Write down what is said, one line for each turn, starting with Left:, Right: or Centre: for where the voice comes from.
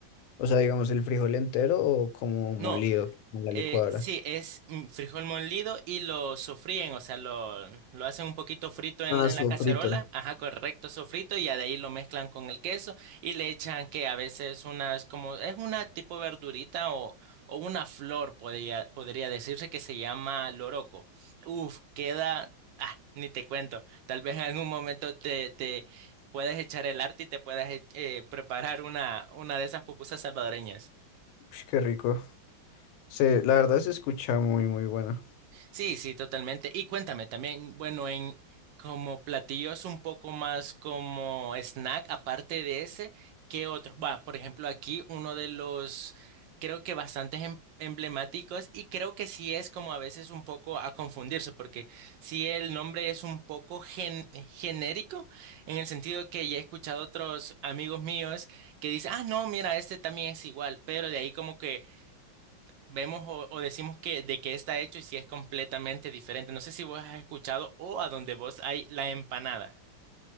Left: o sea, digamos, el frijol entero o como molido,
Right: No,
Left: como en la licuadora?
Right: Eh, sí, es mm, frijol molido y lo sofríen, o sea, lo, lo hacen un poquito frito en,
Left: Ah,
Right: en
Left: sofrito.
Right: la cacerola, ajá, correcto, sofrito, y ya de ahí lo mezclan con el queso y le echan que a veces unas, como, es una tipo verdurita o, o una flor, podría, podría decirse que se llama loroco. Uf, queda, ah, ni te cuento, tal vez en algún momento te, te puedas echar el arte y te puedas eh, preparar una, una de esas pupusas salvadoreñas.
Left: Ch, Qué rico. Se, la verdad se escucha muy, muy bueno.
Right: Sí, sí, totalmente. Y cuéntame también, bueno, en como platillos un poco más como snack, aparte de ese, ¿qué otros? Va, por ejemplo, aquí uno de los, creo que bastantes em- emblemáticos y creo que sí es como a veces un poco a confundirse, porque sí el nombre es un poco gen- genérico, en el sentido que ya he escuchado otros amigos míos que dicen, ah, no, mira, este también es igual, pero de ahí como que vemos o, o decimos que de qué está hecho y si es completamente diferente. No sé si vos has escuchado o a donde vos hay la empanada.